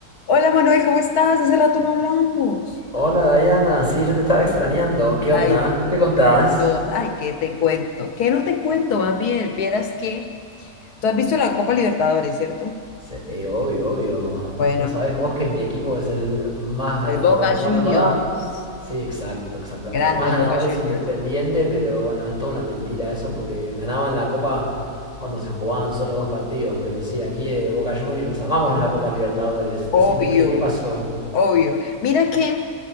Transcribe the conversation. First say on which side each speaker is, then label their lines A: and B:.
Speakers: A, on the left; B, on the left.
A: Hola Manuel, ¿cómo estás? Hace rato no hablábamos.
B: Hola Diana, sí, yo te estaba extrañando. ¿Qué onda?
A: Ay,
B: ¿Qué te contás?
A: no, ay, ¿qué te cuento? ¿Qué no te cuento? Más bien, vieras que tú has visto la Copa Libertadores, ¿cierto?
B: Sí, obvio, obvio.
A: Bueno,
B: ¿No sabés vos que mi equipo es el más ganador?
A: el Boca
B: Bueno,
A: Juniors.
B: en verdad, sí, exacto, exactamente.
A: Grande
B: El más ganador
A: el Boca
B: es
A: Juniors.
B: Independiente, pero bueno, es toda una mentira eso porque ganaban la Copa cuando se jugaban solo dos partidos. Pero sí, aquí eh, Boca Juniors, amamos la Copa Libertadores. Decime,
A: Obvio,
B: ¿qué, qué pasó?
A: obvio. Mira que